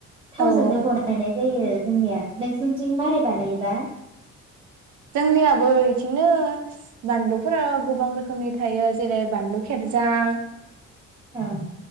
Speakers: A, on the right; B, on the right.
A: थावजोंनो
B: औ
A: बानायनाय जायो जोंनिया नोंसोरनिथिं मारै बानायोबा?
B: जोंनियाबो बिथिंनो बानलुफोरा गोबां रोखोमनि थायो जेरै बानलु खेबजां
A: औ